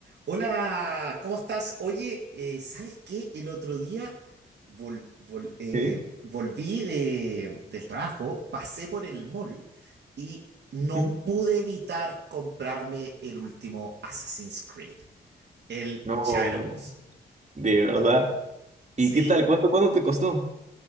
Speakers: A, on the right; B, on the right.
A: Hola, ¿cómo estás? Oye, eh, ¿sabes qué? El otro día vol- vol- eh,
B: Sí,
A: volví de- del trabajo, pasé por el mall y no
B: ujú.
A: pude evitar comprarme el último Assassin's Creed, el
B: No,
A: Shadows.
B: de verdad. ¿Y
A: Sí,
B: qué tal? ¿Cuánto, cuánto te costó?